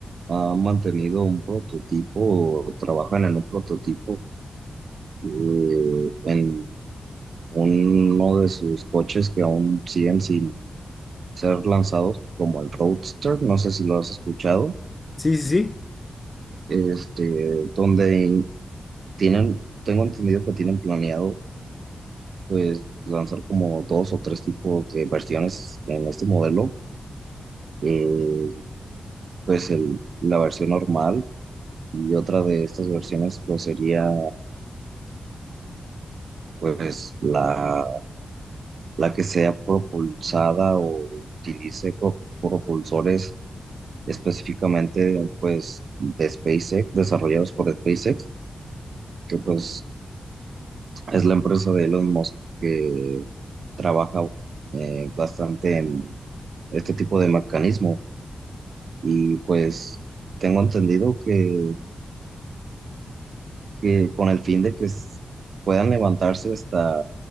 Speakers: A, on the right; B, on the left.
A: ha mantenido un prototipo, o trabajan en un prototipo eh, en uno de sus coches que aún siguen sin ser lanzados, como el Roadster, no sé si lo has escuchado,
B: Sí, sí, sí.
A: este, donde tienen, tengo entendido que tienen planeado pues lanzar como dos o tres tipos de versiones en este modelo, eh, pues el, la versión normal y otra de estas versiones pues sería pues la, la que sea propulsada o utilice pro- propulsores específicamente pues de SpaceX, desarrollados por SpaceX, que pues es la empresa de Elon Musk que trabaja eh, bastante en este tipo de mecanismo. y pues tengo entendido que, que con el fin de que s- puedan levantarse hasta